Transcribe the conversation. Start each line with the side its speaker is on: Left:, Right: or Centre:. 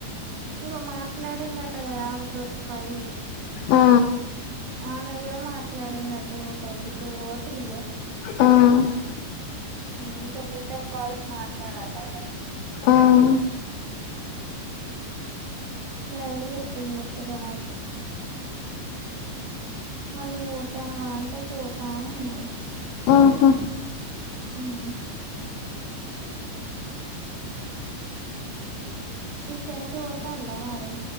Right: ఇవ మాట్లాడిందట కదా ఆమె తోటి ఫై
Left: ఆ
Right: ఆమె కూడ మాట్లాడిందట ఈమె తోటి టూవో త్రీయో
Left: ఆ ఆ
Right: ఇంక మిగతా కాల్స్ మాట్లాడాలటగా
Left: ఆహా
Right: గదే చెప్పింద్ ముచ్చట నాకు మర్ నువ్ పోతాన వా అంటే పోతా అనన్నది
Left: ఆహ
Right: ఉమ్ మీ ఫ్రెండ్స్ పోతార్లా మరె